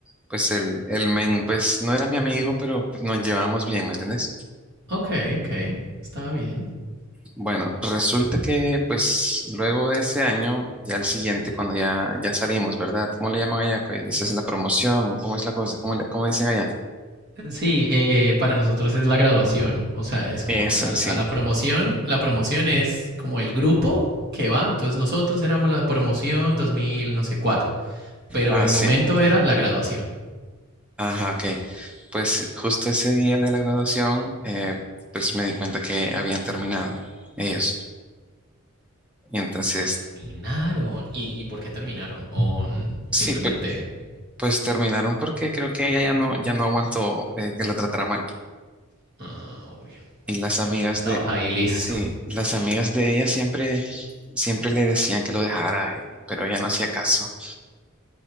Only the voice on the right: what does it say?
Ok, ok, está bien.
Sí, eh, para nosotros es la graduación, o sea, es como
a, a
la promoción, la promoción es como el grupo que va, entonces nosotros éramos la promoción 2000, no sé, cuatro, pero
el
momento era la graduación.
Terminaron. ¿Y, y por qué terminaron? ¿O
simplemente...
ah, obvio.
Y vos estabas
ahí listo.